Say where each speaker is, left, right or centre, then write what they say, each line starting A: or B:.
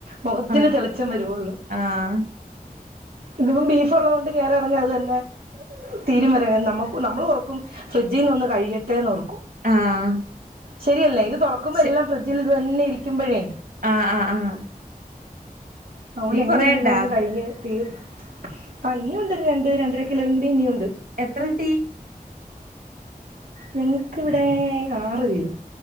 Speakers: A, on the right; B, on the right.
A: മുഖത്തിന്
B: ആഹ്
A: തെളിച്ചം വരുവുള്ളൂ
B: ആഹ്
A: ഇന്ന്പ്പം ബീഫ് ഉള്ളത് കൊണ്ട് കയറി ഇറങ്ങാ അത് തന്നെ തീര വരങ്ങ നമുക്ക് നമ്മള് ഓർക്കും ഫ്രിഡ്ജിന്ന് കഴിയട്ടെന്ന് ഓർ
B: ആഹ്
A: ശരിയല്ലേ ഇത് തുറക്കുമ്പോ
B: ശെ
A: എല്ലാം ഫ്രിഡ്ജിൽ ഇത് തന്നെ ഇരിക്കുമ്പോഴേ
B: ആഹ് ആഹ് ആഹ്
A: അതുകൊണ്ട്
B: നീ
A: എങ്ങനെങ്കിലും
B: കൊറേണ്ടാ
A: ഒന്ന് കഴിഞ്ഞ് തീർ ആ ഇനിയുണ്ട് രണ്ട് രണ്ടര കിലോയും കൂടി ഇനിയുണ്ട്
B: എത്ര കിട്ടീ
A: ഞങ്ങൾക്കിവിടെ ആറ് കിലോ